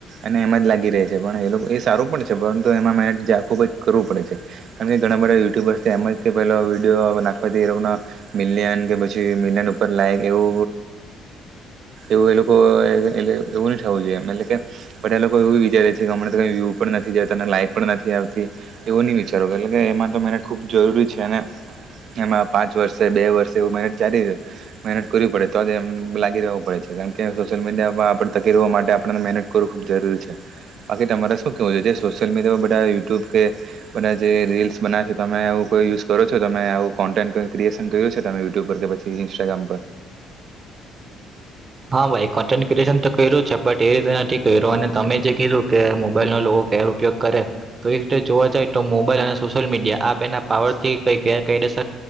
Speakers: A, on the right; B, on the right.
A: અને એમાં જ લાગી રહે છે પણ એ લોકો એ સારું પણ છે. છે પરંતુ એમાંને ખુબ જ કરવું પડે છે કારણ કે ઘણા બધા યુટ્યુબર્સ એમ પેલા વિડીયો નાખવાથી મિલિયન કે પછી મિલિયન ઉપર લાઈક એવ્ય એવું એ એવ થવું જોઈએ એટલે કે બધા લોકો એવુ વિચારે છે કે હમણાયુ લાયક પણ નથી આવતી એવું નહી વિચારો એટલે કે એમાં તો મહેનત ખુબ જરૂરી છે અને એમાં પાંચ વર્ષે બે વર્ષે એવુ મહેનત જારી મહેનત કરવી પડે તો જ એમ લાગી રહવું પડે છે કેમ કે સોશિયલ મીડિયામાં આપણે તકર માટે આપને મહેનત કરવું ખૂબ જરૂરી છે બાકી તમારે શું કેવું જોએ સોશિયલ મીડિયામાં બધા યુટ્યુબ કે બધા જે રીલ્સ બનાવે છે તમે એવુ કોઈ યુઝ કરો છો તમે આવું કોન્ટેન્ટ ક્રિએશન કર્યું છે તમે યુટ્યુબ પર કે પછી ઇન્સ્ટાગ્રામ પર
B: હા ભાઈ કન્ટેન્ટ ક્રિએશન તો કર્યું છે પણ એ રીતે નથી કર્યું અને તમે જે કીધું કે મોબાઈલનો લોકો ગેર ઉપયોગ કરે તો એ રીતે જોવા જાય તો મોબાઈલ અને સોશિયલ મીડિયા આ બેના પાવરથી કઈ ગેરકાયદસ